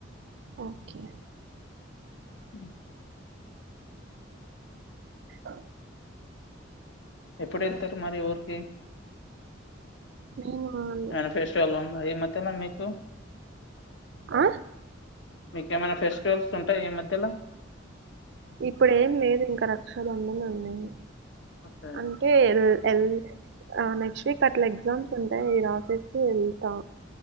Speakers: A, on the right; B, on the left.
A: ఓకే
B: మ్
A: అ
B: ఎప్పుడు ఎళ్తారు మరి ఊరికి
A: నీవాన్
B: ఏవన్నా ఫెస్టివల్ ఉంద ఈ మధ్యలో మీకు
A: అ
B: మీకేమైనా ఫెస్టివల్స్ ఉంటాయి ఈ మధ్యల
A: ఇప్పుడు ఏం లేదు ఇంకా రక్షా బంధన్ ఉండింది
B: ఓకే,
A: అంటే ఎళ్ ఆ నెక్స్ట్ వీక్ అట్లా ఎగ్జామ్స్ ఉంటాయి రాసేసి వెళ్తా